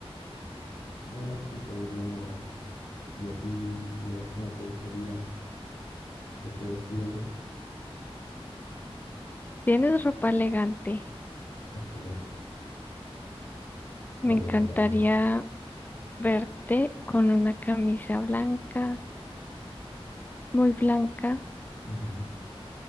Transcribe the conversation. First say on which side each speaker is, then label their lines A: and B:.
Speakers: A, on the left (about 70°); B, on the left (about 15°).
A: Bueno, y podríamos... ¿Y a ti y a vos cómo te gustaría que esté vestido yo?
B: Tienes ropa elegante.
A: Ok, podría
B: Me encantaría
A: ponerme.
B: verte con una camisa blanca, muy blanca.
A: ujú,